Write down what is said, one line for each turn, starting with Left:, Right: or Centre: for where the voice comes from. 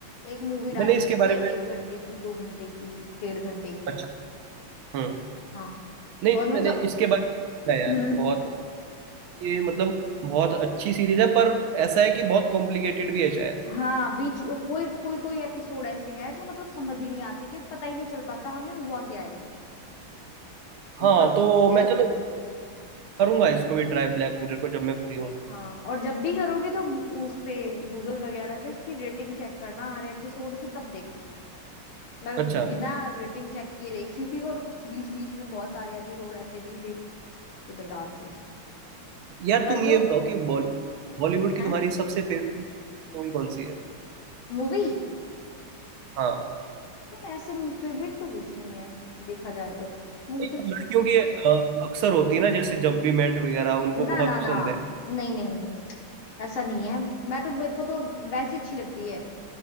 Left: एक मूवी डाली
Right: मैंने इसके
Left: हुई
Right: बारे
Left: है
Right: में
Left: एक घंटे की दो घंटे की डेढ़ घंटे की
Right: अच्छा हम्म
Left: हाँ
Right: नहीं
Left: और
Right: मैंने
Left: मतलब
Right: इसके बारे में सुना है यार
Left: <clears throat> हम्म
Right: बहुत ये मतलब बहुत अच्छी सीरीज है पर ऐसा है कि बहुत कॉम्प्लिकेटेड भी है शायद
Left: हाँ बीच कोई कोई कोई एपिसोड ऐसे है जो मतलब समझ ही नहीं आते कि पता ही नहीं चल पाता हमें हुआ क्या है इसमें
Right: हाँ
Left: ऊपर से
Right: तो
Left: आते
Right: मैं
Left: हैं
Right: चलो
Left: बिल्कुल
Right: करूंगा इसको भी ट्राई ब्लैक मिरर को जब मैं फ्री होऊंगा
Left: हाँ और जब भी करोगी तो गू- उस पे गूगल वगैरह पे इसकी रेटिंग चेक करना हर एपिसोड की तब देखना मैं
Right: अच्छा
Left: बिना रेटिंग चेक किए देख रही थी और बीच बीच में बहुत सारे एपिसोड ऐसे भी थे जो बेकार थे
Right: यार
Left: पर
Right: तुम ये
Left: जो
Right: बताओ कि बॉलीवुड बॉलीवुड
Left: है
Right: की तुम्हारी सबसे फेवरेट मूवी कौन सी है
Left: मूवी
Right: हाँ
Left: यार ऐसे फेवरेट तो कुछ नहीं है देखा जाए तो मुझे
Right: नहीं,
Left: तो
Right: लड़कियों की अ, अक्सर होती है ना जैसे जब वी मेट वगैरह उनको
Left: ना
Right: बहुत
Left: ना ना
Right: पसंद है
Left: नहीं नहीं ऐसा नहीं है मैं तो मेरे को तो वैसी अच्छी लगती है